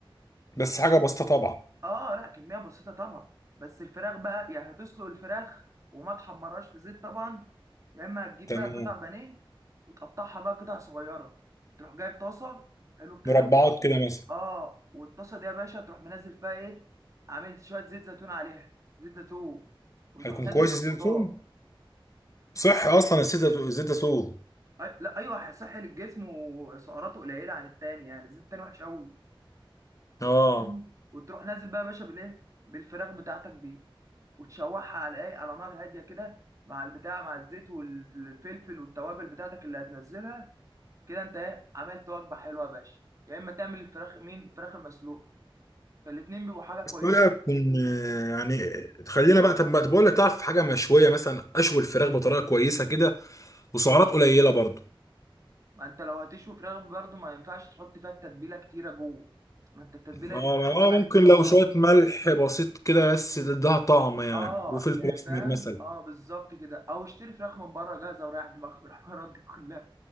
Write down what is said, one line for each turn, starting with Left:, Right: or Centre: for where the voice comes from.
Left: بس حاجه بسيطه طبعا
Right: اه لا كميه بسيطه طبعا بس الفراخ بقى يعني هتسلق الفراخ وما تحمرهاش في زيت طبعا يا اما هتجيب
Left: تمام
Right: بقى قطع بانيه وتقطعها بقى قطع صغيره تروح جايب طاسه حلو الكلام
Left: مربعات كده مثلا
Right: اه والطاسه دي يا باشا تروح منزل فيها ايه عامل شويه زيت زيتون عليها زيت زيتون وتروح
Left: هيكون
Right: نازل
Left: كويس
Right: بالخضار
Left: الزيت الزيتون صحي اصلا الزيت الزيت الزيت الزيتون
Right: أي... لا ايوه صحي للجسم وسعراته قليله عن التاني يعني الزيت التاني وحش قوي
Left: اه
Right: مم. وتروح نازل بقى يا باشا بالايه بالفراخ بتاعتك دي وتشوحها على ايه على نار هاديه كده مع البتاع مع الزيت والفلفل والتوابل بتاعتك اللي هتنزلها كده انت ايه عملت وجبه حلوه يا باشا يا اما تعمل الفراخ مين الفراخ المسلوقه فالاتنين بيبقوا حاجه كويسه
Left: بقى كن يعني خلينا بقى طب ما طب بقول لك تعرف حاجه مشويه مثلا اشوي الفراخ بطريقه كويسه كده وسعرات قليله برضو
Right: ما انت لو هتشوي فراخ برضه ما ينفعش تحط فيها التتبيله كتيره جوه ما انت التتبيله
Left: آه،
Right: دي بتتحسب
Left: آه، ممكن
Right: عليك في سعرات
Left: لو شويه ملح بسيط كده بس تديها طعم يعني
Right: اه
Left: وفلفل
Right: يعني
Left: اسمر
Right: فاهم
Left: مثلا
Right: اه بالظبط كده او اشتري فراخ من بره جاهزه وريح دماغك من الحوارات دي كلها